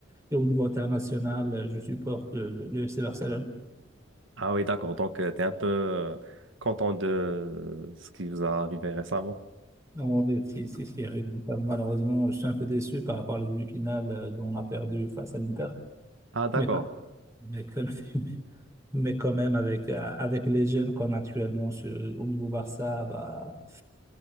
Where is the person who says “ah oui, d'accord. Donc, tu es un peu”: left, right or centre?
Right